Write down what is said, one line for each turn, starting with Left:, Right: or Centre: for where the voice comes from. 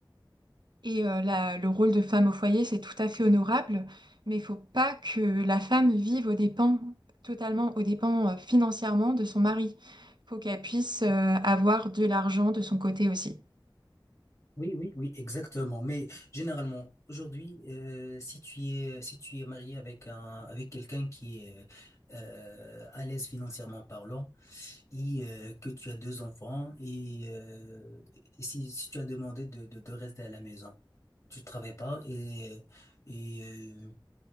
Right: Et euh, la- le rôle de femme au foyer, c'est tout à fait honorable, mais il faut pas que la femme vive aux dépens, totalement aux dépens euh, financièrement de son mari. Il faut qu'elle puisse euh, avoir de l'argent de son côté aussi.
Left: oui oui oui exactement mais généralement aujourd'hui euh, si tu es si tu es marié avec un avec quelqu'un qui est euh, à l'aise financièrement parlant et euh, que tu as deux enfants et, euh, et si, si tu as demandé de, de, de rester à la maison, tu travailles pas et, et euh,